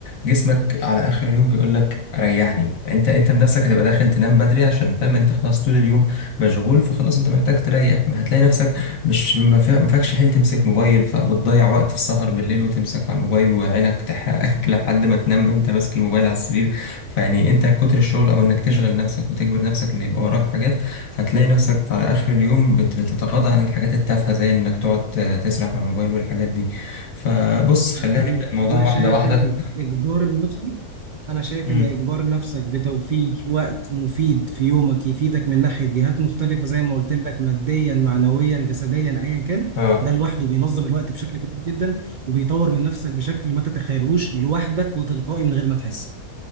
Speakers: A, on the left (about 70°); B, on the right (about 75°).
A: جسمك على اخر اليوم بيقول لك ريحني انت انت بنفسك هتبقى داخل تنام بدري عشان فاهم انت خلاص طول اليوم مشغول فخلاص انت محتاج تريح ما هتلاقي نفسك مش ما فا- ما فيكش حيل تمسك موبايل ف... وتضيع وقت في السهر بالليل وتمسك على الموبايل وعينك تحرقك <laughs> لحد ما تنام انت ماسك الموبايل على السرير فيعني انت كتر الشغل او انك تشغل نفسك وتجبر نفسك ان يبقى وراك حاجات فتلاقي نفسك على آخر اليوم بت- بتتغاضى عن الحاجات التافهة زي إنك تقعد ت- تسرح من الموبايل والحاجات دي فبص خلينا
B: مظبوط
A: نبدأ الموضوع
B: انا
A: واحدة
B: شايف
A: واحدة
B: ان اجبار نفسك انا شايف
A: <laughs> مم.
B: ان اجبار نفسك بتوفير وقت مفيد في يومك يفيدك من ناحيه جهات مختلفه زي ما قلت لك ماديا معنويا جسديا ايا كان
A: اه
B: ده لوحده بينظم الوقت بشكل كويس جدا وبيطور من نفسك بشكل ما تتخيلوش لوحدك وتلقائي من غير ما تحس